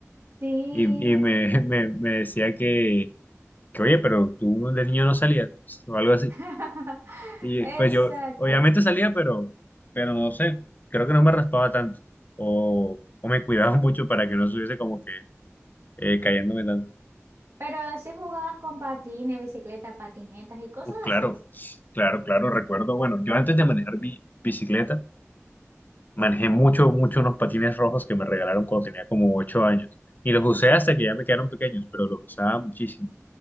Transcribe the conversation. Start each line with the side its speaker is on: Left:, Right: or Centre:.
Right: Sí,
Left: Y, y me, <laughs> me, me decía que, que, oye, pero tú de niño no salías, o algo así.
Right: <laughs>
Left: Y
Right: exacto.
Left: pues yo, obviamente salía, pero, pero no sé, creo que no me raspaba tanto. O, o me cuidaba <laughs> mucho para que no estuviese como que eh, cayéndome tanto.
Right: Pero si jugabas con patines, bicicletas, patinetas y cosas
Left: Uh, claro,
Right: así.
Left: claro, claro, recuerdo. Bueno, yo antes de manejar mi bicicleta, manejé mucho, mucho unos patines rojos que me regalaron cuando tenía como ocho años. Y los usé hasta que ya me quedaron pequeños, pero los usaba muchísimo.